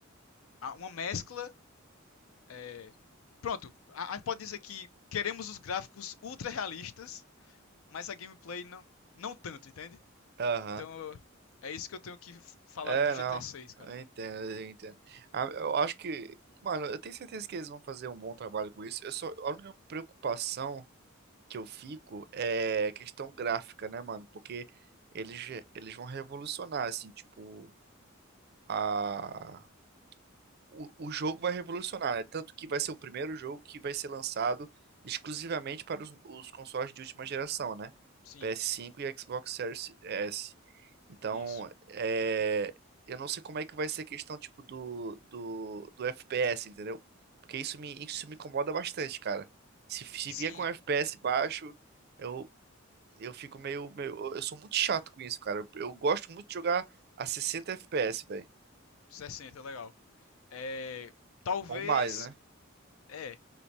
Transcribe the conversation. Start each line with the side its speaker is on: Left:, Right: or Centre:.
Left: uma mescla. é, pronto, a, a gente pode dizer que queremos os gráficos ultra realistas, mas a gameplay não, não tanto, entende?
Right: Aham.
Left: Então, é isso que eu tenho que f- falar
Right: É,
Left: do GTA
Right: não.
Left: 6, cara.
Right: Eu entendo, eu entendo. Ah, Eu acho que, mano, eu tenho certeza que eles vão fazer um bom trabalho com isso. Eu só, a única preocupação que eu fico é questão gráfica, né, mano? Porque eles, eles vão revolucionar, assim, tipo, a... o, o jogo vai revolucionar, né? Tanto que vai ser o primeiro jogo que vai ser lançado exclusivamente para os, os consoles de última geração, né?
Left: Sim,
Right: PS5 e Xbox Series S. Então,
Left: isso.
Right: é... eu não sei como é que vai ser a questão, tipo, do, do, do FPS, entendeu? Porque isso me, isso me incomoda bastante, cara. Se, se
Left: Sim,
Right: vier com FPS baixo, eu, eu fico meio, meio. Eu sou muito chato com isso, cara. Eu gosto muito de jogar a 60 FPS, velho.
Left: 60, legal. É, talvez.
Right: Ou mais, né?
Left: É,